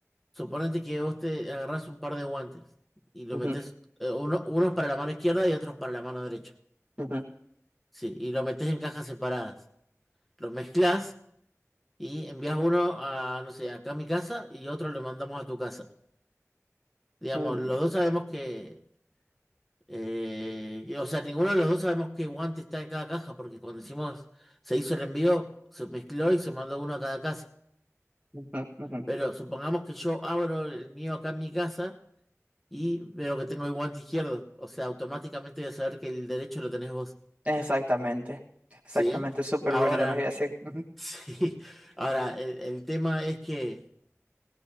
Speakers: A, in the centre; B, on the right.
A: Suponete que vos te agarrás un par de guantes y lo
B: ujú,
A: metes, uno, unos para la mano izquierda y otros para la mano derecha.
B: ujú,
A: Sí, y lo metes en cajas separadas. Lo mezclas y envías uno a, no sé, acá a mi casa y otro lo mandamos a tu casa. Digamos,
B: ujú,
A: los dos sabemos que, eh, que- o sea, ninguno de los dos sabemos qué guante está en cada caja porque cuando hicimos, se hizo el envío, se mezcló y se mandó uno a cada casa.
B: ujú, ujú.
A: Pero supongamos que yo abro el mío acá en mi casa. y veo que tengo el guante izquierdo. O sea, automáticamente voy a saber que el derecho lo tenés vos.
B: Exactamente, exactamente,
A: ¿Sí?
B: súper
A: Ahora,
B: buena analogía, sí. ujú,
A: <laughs> sí. Ahora, el, el tema es que,